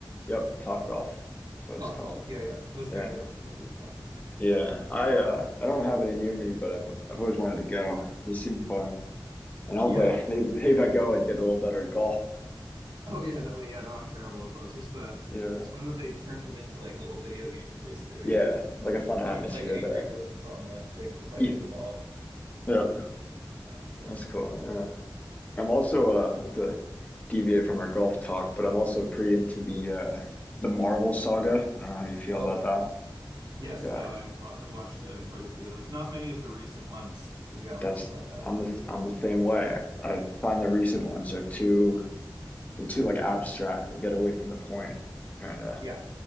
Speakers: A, on the left; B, on the right.
A: Yep, Top Golf. That's what
B: Top
A: it's called.
B: golf. Yeah, yeah. Those
A: Yeah.
B: things are are pretty fun.
A: Yeah. I uh I don't have any near me, but I've I've always wanted to go. They seem fun. And hopefully
B: Yeah.
A: maybe, maybe if I go I'd get a little better at golf.
B: Oh yeah, definitely. Yeah, no, I'm terrible as well. It's just the
A: Yeah.
B: it's fun that they've turned them into like little video games basically where
A: Yeah,
B: you can
A: like a fun atmosphere
B: you can play Angry
A: there.
B: Birds on the thing just by
A: Yeah.
B: hitting the ball.
A: Yeah,
B: Yeah, it's uh
A: that's cool. Yeah. I'm also uh not to deviate from our golf talk, but I'm also pretty into the uh the Marvel saga. I don't know how you feel
B: oh
A: about
B: yeah.
A: that.
B: Yes,
A: Yeah,
B: so I have wa- I've watched uh, quite a few of those. Not many of the recent ones to be honest,
A: that's
B: but uh
A: I'm the I'm the same way. I, I find the recent ones are too they're too like abstract. They get away from the point, kind of.
B: yeah.